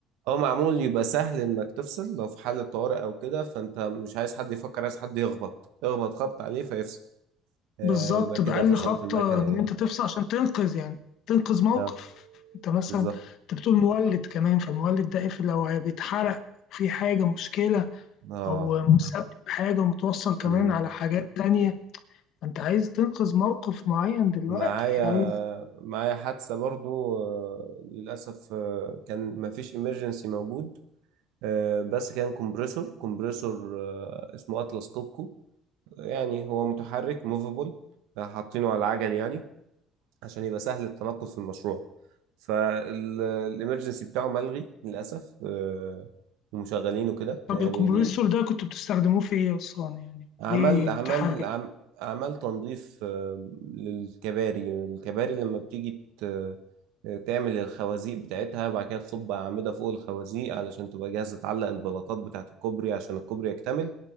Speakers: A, on the right (about 80°); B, on the left (about 65°).
A: هو معمول يبقى سهل انك تفصل لو في حالة طوارئ او كده فانت مش عايز حد يفكر عايز حد يخبط اخبط خبط عليه فيفصل آه،
B: بالظبط
A: يبقى كده
B: بأقل
A: فصلت
B: خبطه
A: المكنه
B: ان
A: يعني
B: انت تفصل عشان تنقذ يعني تنقذ موقف
A: اه
B: انت مثلا
A: بالظبط
B: انت بتقول مولد كمان فالمولد ده إيه لو هي- بيتحرق في حاجه مشكله
A: اه
B: او مسبب حاجه متوصل كمان
A: مم.
B: على حاجات تانية فانت عايز تنقذ موقف معين دلوقتي
A: معايا
B: عايز
A: معايا حادثة برضو آه، للأسف آه، كان مفيش إمرجنسي موجود آه، بس كان كومبريسور كومبريسور آه، اسمه أطلس كوبكو يعني هو متحرك موفابل حاطينه على العجل يعني عشان يبقى سهل التنقل في المشروع فالإمرجنسي بتاعه ملغي للأسف آه، ومشغلينه كده
B: طب
A: يعني
B: الكمبريسور ده كنتوا بتستخدموه في ايه اصلا يعني
A: أعمال
B: ليه
A: أعمال
B: متحرك
A: أعم- أعمال تنظيف آه، للكباري الكباري لما بتيجي ت- آه، تعمل الخوازيق بتاعتها وبعد كده تصب أعمدة فوق الخوازيق علشان تبقى جاهزة تعلق البلاطات بتاعة الكوبري عشان الكوبري يكتمل